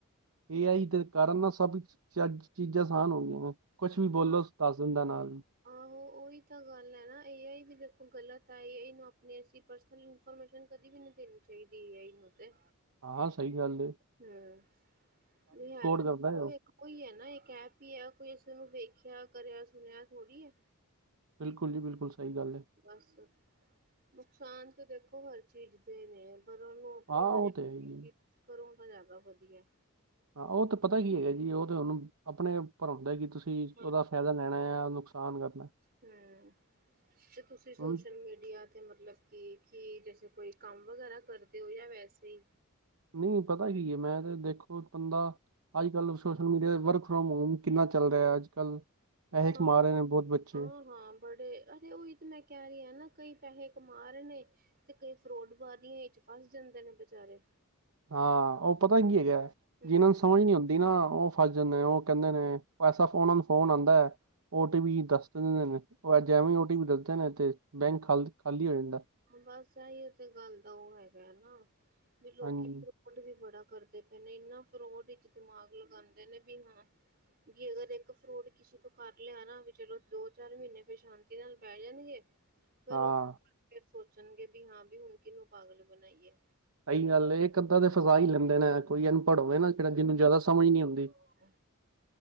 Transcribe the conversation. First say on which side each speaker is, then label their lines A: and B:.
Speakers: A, on the right (about 65°); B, on the right (about 45°).
A: ਐ-ਆਈ ਦੇ ਕਾਰਨ, ਨਾ, ਸਭ ਚਜ ਚੀਜਾ ਸਾਨ ਹੋ ਗੀਆਂ ਨੇ। ਕੁਛ ਵੀ ਬੋਲੋ
B: ਹਾਂ
A: ਤਾਜ਼ਨ ਦਾ ਨਾਲ।
B: ਆਹੋ, ਓਈ ਤਾਂ ਗੱਲ ਹੈ, ਨਾ। ਏ ਆਈ ਵੀ ਦੇਖੋ, ਗਲਤ ਹੈ। ਏ ਆਈ ਨੂੰ ਆਪਣੀ ਅਸੀਂ ਪਰਸਨਲ ਈਨ ਫੋਰਮੇਸ਼ਨ ਕਦੀ ਵੀ ਨੀ ਦੇਣੀ ਚਾਈਦੀ, ਐ-ਆਈ ਨੂ, ਤੇ।
A: ਹਾਂ, ਸਹੀ ਗੱਲ ਐ।
B: <inaudible> ਹਾਂ ਹੈ ਤਾਂ ਇਕ
A: ਕਰਦਾ
B: ਦੇਖੌ।
A: ਹੈ ਉਹ
B: ਕੋਈ ਹੈ ਨਾ, ਇੱਕ ਐਪ ਹੀ ਐ। ਕੋਈ ਇਸਨੂੰ ਵੇਖਿਆ ਕਰਿਆ, ਸੁਣਿਆ ਥੋੜ੍ਹੀ ਐ।
A: ਬਿਲਕੁਲ ਜੀ, ਬਿਲਕੁਲ ਸਹੀ ਗੱਲ ਐ।
B: ਬੱਸ ਨੁਕਸਾਨ ਤਾਂ ਦੇਖੋ ਹਰ ਚੀਜ਼ ਦੇ ਨੇ ਆ ਪਰ ਉਹਨੂੰ ਆਪਣੀ
A: ਹਾਂ
B: ਕਰਿਆ
A: ਉਹ ਤੇ ਹੈ ਹੀ ਹੈ।
B: ਕਰੋ ਤਾਂ ਜ਼ਿਆਦਾ ਵਧੀਆ
A: ਹਾਂ ਉਹ ਤਾਂ ਪਤਾ ਕੀ ਹੈਗਾ ਜੀ ਉਹ ਤਾਂ ਉਹਨੂੰ ਆਪਣੇ ਉਪਰ ਹੁੰਦਾ ਕਿ ਤੁਸੀਂ
B: ਹਾਂਜੀ
A: ਉਹਦਾ ਫਾਇਦਾ ਲੈਣਾ ਆ ਨੁਕਸਾਨ ਕਰਨਾ
B: ਹਮ ਤੇ ਤੁਸੀਂ ਸੋਸ਼ਲ
A: ਹੁਣ
B: ਮੀਡੀਆ ਤੇ ਮਤਲੱਬ ਕਿ ਕਿ ਜੈਸੇ ਕੋਈ ਕੰਮ ਵਗੈਰਾ ਕਰਦੇ ਹੋ ਜਾਂ ਵੈਸੇ ਹੀ
A: ਨਹੀਂ ਪਤਾ ਕੀ ਹੈ ਮੈਂ ਤੇ ਦੇਖੋ ਬੰਦਾ ਅੱਜ ਕੱਲ social media work from home ਕਿੰਨਾ ਚੱਲ ਰਿਹਾ ਅੱਜ ਕੱਲ੍ਹ ਪੈਸੇ
B: ਹਾਂ
A: ਕਮਾ ਰਹੇ ਨੇ ਬਹੁੱਤ ਬੱਚੇ
B: ਹਾਂ ਹਾਂ ਬੜੇ ਹੈ ਕਦੇ ਉਹੀ ਤੇ ਮੈਂ ਕਹਿ ਰਹੀ ਹ ਨਾ ਕਈ ਪੈਸੇ ਕਮਾ ਰਹੇ ਤੇ ਕਈ ਫਰੋਡ ਕਰਦੀਆਂ ਫਸ ਜਾਂਦੇ ਨੇ ਬੇਚਾਰੇ
A: ਹਾਂ, ਓ ਪਤਾ ਕੀ ਐਗਾ,
B: ਹਮ
A: ਜਿਹਨਾਂ ਨੂੰ ਸਮਝ ਨੀ ਉਨ ਤੀਨਾ, ਓ ਫਸ ਜਾਂਦੇ। ਓ ਕੇਂਦੇ ਨੇ, ਪੈਸਾ ਫੋਨ ਨੋ ਫੋਨ ਆਂਦਾ। ਓ ਟੀ ਪੀ ਦੱਸ ਦਿੰਨਨ ਨੇ। ਓ ਅਜ ਐਵੀ, ਓ ਟੀ ਪੀ ਦੱਸਦੇ ਨੇ, ਤੇ ਬੈਂਕ ਖਾਲ-ਖਾਲੀ ਹੋ ਜਾਂਦਾ।
B: ਬਸ, ਏਯੋ ਤੇ ਗੱਲ ਦਾ ਓ ਹੈਗਾ ਨਾ, ਵੀ ਲੋਕੀ
A: ਹਾਂਜੀ
B: ਫੋਡ ਵੀ ਬੜਾ ਕਰਦੇ ਪੇ ਨੇ। ਇਨਾ ਫਰੋਡ ਇਚ ਦਿਮਾਗ ਲਗਾਂਦੇ ਨੇ, ਵੀ ਹਾਂ ਵੀ, ਅਗਰ ਇੱਕ ਫਰੋਡ ਕਿਸੇ ਤੋਂ ਕਰ ਲਿਆ ਨਾ, ਵੀ ਚਲੋ, ਦੋ ਚਾਰ ਮੀਨੇ ਫੇਰ ਸ਼ਾਂਤੀ ਨਾਲ ਬਹਿ ਜਣਗੇ ਫਿਰ
A: ਹਾਂ
B: ਓਸ <unintelligible> ਫਿਰ ਸੋਚਣਗੇ, ਵੀ ਹਾਂ, ਵੀ ਹੁਣ ਕਿਨੂੰ ਪਾਗਲ ਬਣਾਈਏ।
A: ਸਹੀ ਗੱਲ ਐ, ਇਕ ਅੱਧਾਂ ਤੇ ਫਸਾ ਹੀ ਲੈਂਦੇ ਨੇ। ਕੋਈ ਅਨਪੜ੍ਹ ਹੋਵੇ, ਨਾ, ਜੇੜਾ ਜਿਨੂੰ ਜਾਦਾ ਸਮਝ ਨੀ ਉਂਦੀ।
B: <inaudible>